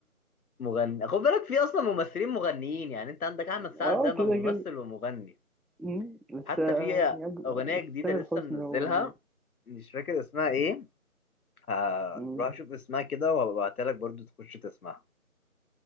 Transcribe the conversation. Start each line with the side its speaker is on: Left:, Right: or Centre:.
Left: مغني خد بالك في اصلا ممثلين مغنيين يعني انت عندك احمد سعد
Centre: اه
Left: ده ممثل
Centre: كده كده
Left: ومغني
Centre: مم. بس
Left: حتى
Centre: يعني
Left: في
Centre: أج-
Left: اغنيه جديده
Centre: تامر
Left: لسه
Centre: حسني
Left: منزلها
Centre: هو جامد
Left: مش فاكر اسمها ايه هروح
Centre: مم.
Left: اشوف اسمها كده وهبعتها لك برضو تخش تسمعها